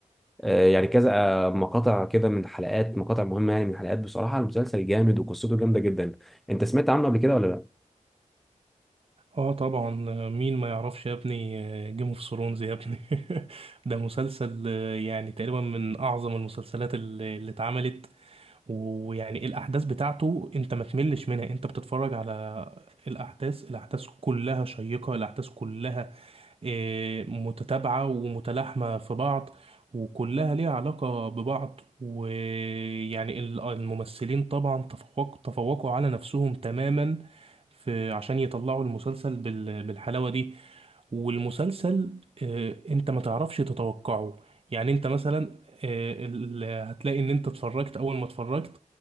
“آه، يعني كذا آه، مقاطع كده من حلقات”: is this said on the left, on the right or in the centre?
Centre